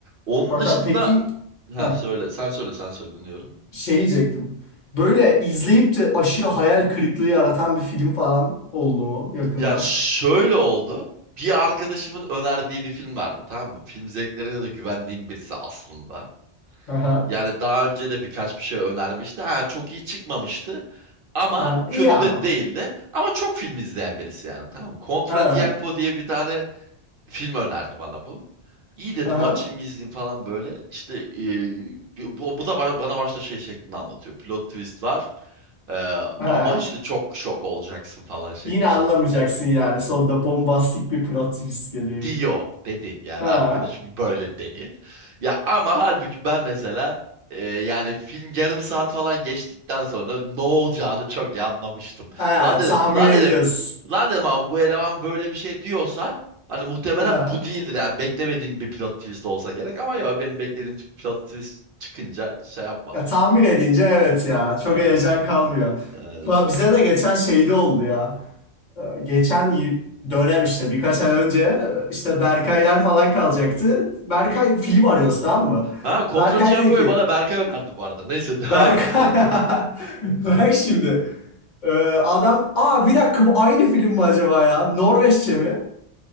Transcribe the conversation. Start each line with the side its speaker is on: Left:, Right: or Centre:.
Right: Onun
Left: Fakat
Right: dışında...
Left: peki
Right: Ha
Left: ha,
Right: söyle, sen söyle, sen söyle dinliyorum.
Left: şey diyecektim. Böyle izleyip de aşırı hayal kırıklığı yaratan bir film falan oldu mu yakında?
Right: Ya şöyle oldu. Bir arkadaşımın önerdiği bir film vardı tamam mı? Film zevklerine de güvendiğim birisi aslında.
Left: Aha,
Right: Yani daha önce de birkaç bir şey önermişti. Ha, çok iyi çıkmamıştı. Ama
Left: aha,
Right: kötü
Left: iyi
Right: de
Left: ama.
Right: değildi. Ama çok film izleyen birisi yani tamam mı? Contra
Left: Ha,
Right: Tiempo diye bir tane film önerdi bana bu. İyi dedim
Left: aha,
Right: açayım izleyeyim falan böyle. İşte e, bu, bu da ba- bana başta şey şeklinde anlatıyor. Plot twist var. E,
Left: ha.
Right: ama işte çok şok olacaksın falan şeklinde
Left: Yine anlamayacaksın
Right: anlatıyor.
Left: yani. Sonunda bombastik bir plot twist geliyor.
Right: diyor dedi. Yani
Left: Ha,
Right: arkadaşım böyle dedi. Ya ama halbuki ben mesela e, yani film yarım saat falan geçtikten sonra ne olacağını çok iyi anlamıştım.
Left: ha,
Right: Lan dedim,
Left: tahmin
Right: lan
Left: ediyorsun.
Right: dedim, lan dedim ama bu eleman böyle bir şey diyorsa hani muhtemelen
Left: Ha.
Right: bu değildir ya. Beklemediğim bir plot twist olsa gerek ama ya benim beklediğim tip plot twist çıkınca şey yapmadım
Left: Ya, tahmin
Right: yani.
Left: edince evet ya. Çok
Right: Evet,
Left: heyecan kalmıyor.
Right: öyle
Left: Va-
Right: sonra.
Left: Bize de geçen şeyde oldu ya. Ee, Geçen y- dönem işte birkaç ay önce e, işte Berkaylar
Right: Hı.
Left: falan kalacaktı. Berkay film arıyoruz tamam mı?
Right: Ha Contra
Left: Berkay
Right: Tiempo'yu
Left: dedi ki
Right: bana Berkay önerdi bu arada. Neyse devam
Left: Berkay
Right: et. Evet.
Left: <laughs> bak
Right: <laughs>
Left: şimdi Ee, adam aa bir dakika bu aynı film mi acaba ya? Norveççe mi?